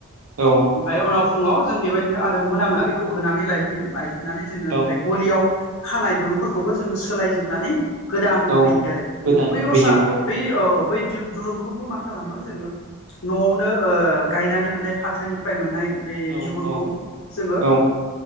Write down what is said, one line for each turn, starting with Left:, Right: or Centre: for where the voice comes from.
Right: औ।
Left: ओमफ्राय उनाव फुङाव जों बेबायदिनो आरो मोना मोना बेखौ होनानै लायफिनो लायफिननानै जोङो
Right: औ
Left: ओमफ्राय गलियाव खानाय दुरुंफोरखौबो जोङो सोलायजोबनानै गोदान
Right: औ
Left: होयो आरो
Right: गोदान
Left: बै रसा
Right: होयो औ
Left: बै बै दुरुंखौबो मा खालामो जोङो न'आवनो ओ गायनानै मोननाय फाथोनिफ्राय मोननाय बे
Right: औ
Left: बिगुरखौ
Right: औ
Left: जोङो
Right: औ